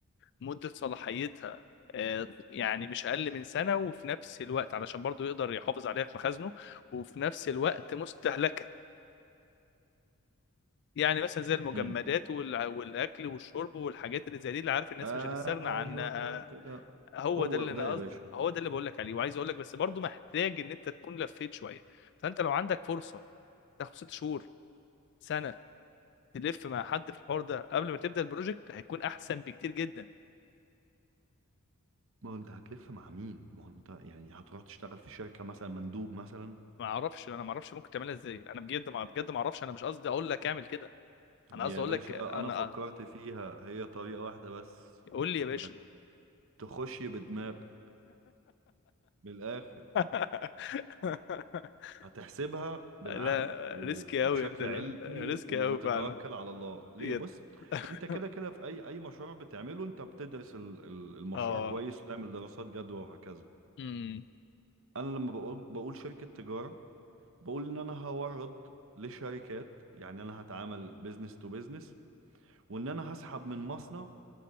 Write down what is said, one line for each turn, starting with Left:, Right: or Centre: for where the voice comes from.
Left: مده صلاحيتها آه، يعني مش اقل من سنه وفي نفس الوقت علشان برضه يقدر يحافظ عليها في مخازنه وفي نفس الوقت مستهلكه يعني مثلا زي المجمدات
Right: امم
Left: والع- والاكل والشرب والحاجات اللي زي دي اللي عارف الناس
Right: ايوه
Left: مش هتستغنى عنها
Right: كده
Left: هو
Right: هو
Left: ده اللي
Right: ده
Left: انا
Right: يا
Left: قصدي
Right: باشا
Left: هو ده اللي بقول لك عليه وعايز اقول لك بس برضو محتاج ان انت تكون لفيت شويه فانت لو عندك فرصه تاخد ست شهور سنه تلف مع حد في الحوار ده قبل ما تبدا البروجكت هيكون احسن بكتير جدا
Right: ما هو انت هتلف مع مين ما هو انت يعني هتروح تشتغل في شركة مثلا مندوب مثلا
Left: ما اعرفش انا ما اعرفش ممكن تعملها ازاي انا بجد ما بجد ما اعرفش انا مش قصدي اقول لك اعمل كده انا
Right: يا
Left: قصدي اقول
Right: باشا
Left: لك انا
Right: انا فكرت
Left: آه،
Right: فيها هي طريقة واحدة بس
Left: قول لي يا باشا
Right: انك تخش بدماغك بالاخر
Left: <laughs>
Right: هتحسبها بالعقل
Left: لا
Right: و-
Left: ريسكي
Right: وبشكل
Left: قوي انت ده
Right: علمي
Left: ريسكي
Right: وتتوكل
Left: قوي فعلا
Right: على الله ليه
Left: بجد
Right: بص
Left: <laughs>
Right: انت كده كده في اي اي مشروع بتعمله انت بتدرس ال- ال- المشروع
Left: اه
Right: كويس وتعمل دراسات جدوى وهكذا
Left: امم
Right: انا لما بقول بقول شركة تجارة بقول ان انا هورد لشركات يعني انا هتعامل بزنس تو بزنس وان انا هسحب من مصنع